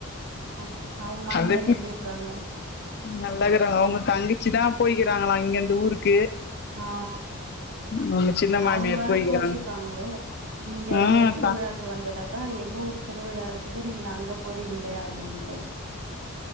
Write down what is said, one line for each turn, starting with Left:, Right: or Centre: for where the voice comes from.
Right: ஆ அவங்க மாமியார்
Left: அதுக்
Right: எப்டி இருக்காங்க
Left: நல்லாக்கிறாங்க அவங்க தங்கிச்சி தான் போய்கிறாங்கள இங்க இருந்து ஊருக்கு
Right: ஆ
Left: அவுங்க சின்ன மாமியார்
Right: அவங்க வேற
Left: போய்க்கிறாங்க
Right: கோச்சிப்பாங்களே இங்க
Left: ஆ
Right: திருவிழா
Left: தா
Right: வந்துட்டாக்கா எங்க ஊர் திருவிழா இருக்குது நீங்க அங்க போறிங்களே அப்டின்ட்டு